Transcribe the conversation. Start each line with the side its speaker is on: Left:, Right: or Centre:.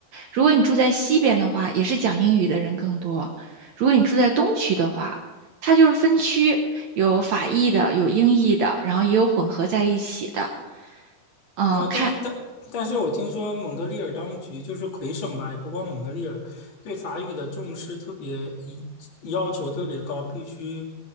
Right: 如果你住在西边的话，也是讲英语的人更多；如果你住在东区的话，它就是分区，有法裔的，有英裔的，然后也有混合在一起的。嗯，
Left: 哦，
Right: 看。
Left: 但但但是我听说蒙特利尔当局就是魁省吧，也不光蒙特利尔，对法语的重视特别一要求特别高，必须